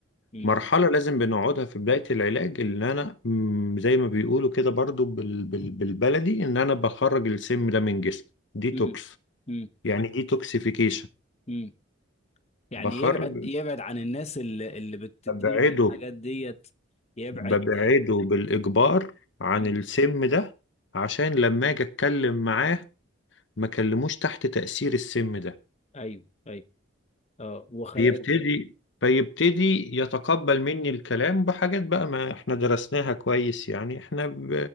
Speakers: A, on the left (about 30°); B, on the left (about 65°).
A: مم.
B: مرحلة لازم بنقعدها في بداية العلاج ان انا مم، زي ما بيقولوا كده برضو بال بال بالبلدي ان انا بخرج السم ده من جسمي ديتوكس
A: مم. مم.
B: يعني ديتوكسيفيكيشن
A: مم. يعني
B: بخرج
A: يبعد يبعد عن الناس اللي, اللي بتديله
B: ببعده
A: الحاجات ديت يبعد
B: ببعده بالإجبار عن
A: مم.
B: السم ده عشان لما اجي اتكلم معاه ما كلموش تحت تأثير السم ده
A: ايوه ايوه اه وخ...
B: فيبتدي فيبتدي يتقبل مني الكلام بحاجات بقى ما احنا درسناها كويس يعني احنا ب...